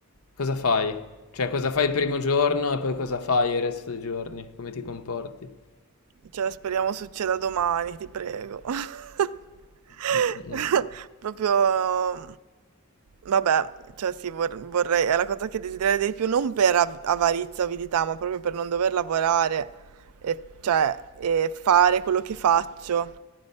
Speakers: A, on the left; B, on the right.
A: cosa fai? Cioè cosa fai il primo giorno e poi cosa fai il resto dei giorni, come ti comporti?
B: Cioè, speriamo succeda domani, ti prego. <laughs>
A: Mm, mm, mm.
B: Proprio, vabbè, cioè sì, vor- vorrei, è la cosa che desidererei di più, non per av- avarizia, avidità, ma proprio per non dover lavorare e, cioè, e fare quello che faccio.